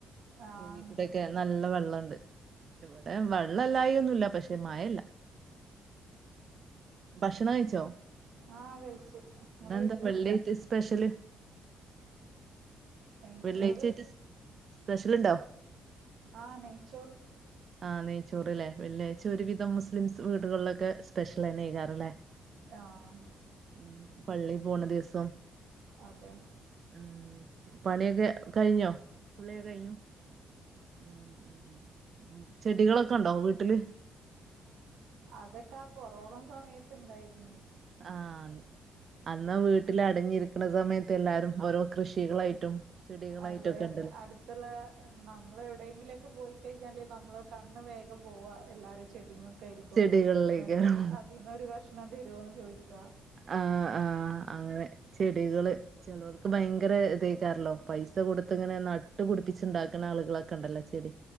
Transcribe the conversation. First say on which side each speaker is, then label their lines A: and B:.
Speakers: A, on the right; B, on the right.
A: ആഹ്
B: ഇതീക്കൂടെക്കെ
A: ഉണ്ട് ഉണ്ട്
B: നല്ല വെള്ളണ്ട് ഇവിടെ വെള്ളം ഇല്ലായികയൊന്നും ഇല്ല പക്ഷെ മഴ ഇല്ല ഭക്ഷണം കഴിച്ചോ?
A: ആഹ് കഴിച്ചു നിങ്ങള്
B: ഇന്നെന്താ
A: കഴിച്ചോ
B: വെള്ളിയായിട്ട് സ്പെഷ്യല്.
A: നെയ്ച്ചോറ്
B: വെള്ളിയാഴ്ചായിട്ട് സ്പെഷ്യൽ ഇണ്ടോ?
A: ആ നെയ്ച്ചോറ്
B: ആഹ് നെയ്ച്ചോറ്ല്ലേ വെള്ളിയാഴ്ച ഒരു വിധം മുസ്ലിംസ് വീടുകളിലൊക്കെ സ്പെഷ്യലന്നെ അയ്ക്കാരല്ലേ
A: ആഹ്
B: ഉം പള്ളിയിൽ പോണ ദിവസം
A: അതെ
B: ഉം പണി ഒക്കെ കഴിഞ്ഞോ കുളിയൊക്കെ കഴിഞ്ഞു. ഉം ഉം ചെടികളൊക്കെ ഉണ്ടോ വീട്ടില്
A: അതൊക്കെ ആ കൊറോണ സമയത്ത് ഉണ്ടായിരുന്നു
B: ആന്ന് അന്നാ വീട്ടിൽ അടഞ്ഞിരിക്കുന്ന സമയത്ത് എല്ലാരും ഓരോ കൃഷികളായിട്ടും ചെടികളായിട്ടൊക്കെ
A: അതെ
B: ഉണ്ടല്ലേ
A: അടു ത്തുള്ള നമ്മൾ എവിടെയെങ്കിലൊക്കെ പോയിക്കഴിഞ്ഞാലെ നമ്മള് കണ്ണ് വേഗം പോവ എല്ലാരും ചെ ടിമ്മക്കയ്രിക്കും
B: ചെടികളിലേക്കാരം
A: എന്നിട്ട് അതീന്നൊരു കഷ്ണം തരോന്ന് ചോയിക്ക
B: ആഹ് ആഹ് അങ്ങനെ ചെടികള് ചെലോർക്ക് ഭയങ്കര ഇതയ്ക്കാരല്ലോ പൈസ കൊടുത്ത് ഇങ്ങനെ നട്ട്പിടിപ്പിച്ചുണ്ടാക്കുന്ന ആളുകളൊക്കെ ഉണ്ടല്ലോ ചെടി